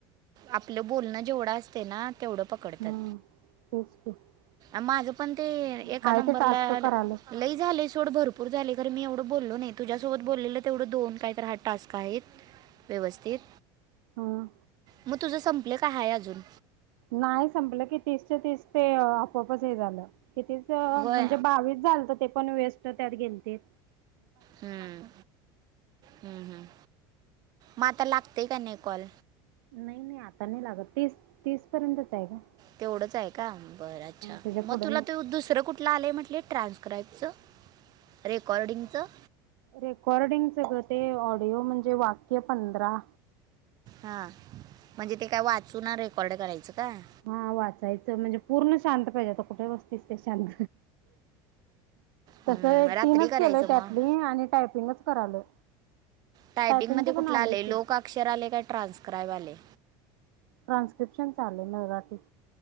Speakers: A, on the right (about 35°); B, on the right (about 85°).
A: आपलं बोलणं जेवढं असते ना तेवढं पकडत्यात.
B: हम्म <unintelligible>
A: माझं पण ते एका
B: हाय
A: नंबरला
B: ते टास्क करायला
A: लई झालय सोड भरपूर झालय खरं मी एवढ तुला बोललो नाही तुझ्यासोबत बोलेलं तेवढं दोन काही तर हा टास्क आहेत. व्यवस्थित
B: ह
A: म तुझं संपल का हाय आजून.
B: नाही संपलं की तीसच्या तीस ते आपोपच हे झालं. कितीच म्हणजे
A: होय
B: बावीस झालत ते पण वेस्ट त्यात गेलतेत.
A: हम्म हम्म हम्म म त लाग ते का नाई कॉल.
B: नाई नाई आता नाई लागत तीस तीस पर्यंतच हाय ग.
A: तेवढंच हाय का बरं अच्छा
B: त्याच्या
A: म
B: पुढं
A: तुला
B: नाही
A: त्यो दुसरं कुठलं आलंय म्हटले. ट्रान्सक्राईबचं, रेकॉर्डिंगचं.
B: रेकॉर्डिंगच ग ते ऑडिओ म्हणजे वाक्य पंधरा.
A: हा म्हणजे ते काय वाचून रेकॉर्ड करायचं काय.
B: हा वाचायचं म्हणजे पूर्ण शांत पाहिजे आता कुठ बस्तीस ते शांत
A: हम्म,
B: तसं एक
A: रात्री
B: तीनच
A: करायचं
B: केलय त्यातली
A: मग
B: आणि टायपिंगच करालोय.
A: टायपिंग
B: टायपिंगच
A: मध्ये कुठलं
B: पण आलंय
A: आलय
B: की
A: लोकआक्षर आलय का ट्रान्स्क्राईब आलय.
B: ट्रान्स्क्रिप्शनच आलय मराठीत.